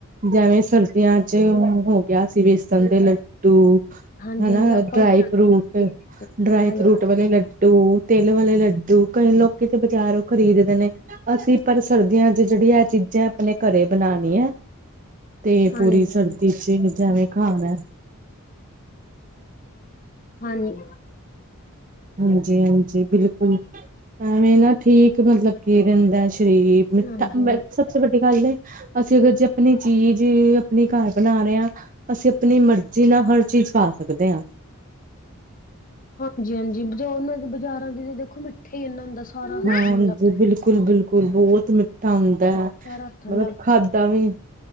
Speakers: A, on the right; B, on the left.
A: ਜਿਵੇਂ ਸਰਦੀਆਂ ਚ ਉਹ ਹੋ ਗਿਆ ਸੀ ਵੇਸਣ ਦੇ ਲੱਡੂ
B: ਹਾਂਜੀ
A: ਹਨਾ
B: ਹਾਂਜੀ ਆਪਾਂ
A: ਡਰਾਈ
B: ਵੀ ਬਣਾਉਂਦੇ
A: ਫਰੂਟ,
B: ਸੀ।
A: ਡਰਾਈ
B: ਹਾਂਜੀ
A: ਫਰੂਟ ਵਾਲੇ ਲੱਡੂ, ਤਿਲ ਵਾਲੇ ਲੱਡੂ, ਕਈ ਲੋਕੀ ਤੇ ਬਾਜ਼ਾਰੋ ਖਰੀਦਦੇ ਨੇ ਅਸੀਂ ਪਰ ਸਰਦੀਆਂ 'ਚ ਜਿਹੜੀ ਐ ਚੀਜ਼ਾਂ ਆਪਣੇ ਘਰੇ ਬਣਾਣੀਆ। ਤੇ
B: ਹਾਂਜੀ
A: ਪੂਰੀ
B: ਹਾਂਜੀ
A: ਸਰਦੀ ਚ ਜਿਵੇਂ ਖਾਣਾ।
B: ਹਾਂਜੀ।
A: ਹਾਂਜੀ ਹਾਂਜੀ ਬਿਲਕੁਲ, ਐਵੇਂ ਨਾ ਠੀਕ ਮਤਲਬ ਕੀ ਰਹਿੰਦਾ ਸਰੀਰ ਮਿੱਠਾ
B: ਹਾਂਜੀ
A: ਸਭ ਸੇ ਵੱਡੀ ਗੱਲ ਐ ਅਸੀਂ ਅਗਰ ਜੇ ਆਪਣੀ ਚੀਜ਼ ਆਪਣੇ ਘਰ ਬਣਾ ਰਹੇ ਆ, ਅਸੀਂ ਆਪਣੀ ਮਰਜ਼ੀ ਨਾਲ ਹਰ ਚੀਜ਼ ਖਾ ਸਕਦੇ ਆ।
B: ਹਾਂਜੀ ਹਾਂਜੀ ਜੋ ਉਹਨਾਂ ਦੇ ਬਾਜ਼ਾਰਾਂ ਵਿਚ ਦੇਖੋ ਨਾ ਮਿੱਠੇ ਇੰਨਾ ਹੁੰਦਾ। ਸਾਰਾ ਹੱਥਾਂ
A: ਹਾਂਜੀ,
B: ਨੂੰ ਲੱਗ ਜਾਂਦਾ
A: ਬਿਲਕੁਲ ਬਿਲਕੁਲ ਬਹੁਤ ਮਿੱਠਾ ਹੁੰ ਹੁੰਦਾ ਐ,
B: ਸਾਰਾ ਹੱਥਾਂ
A: ਮਤਲਬ
B: ਨੂੰ ਲੱਗ
A: ਖਾਧਾ ਵੀ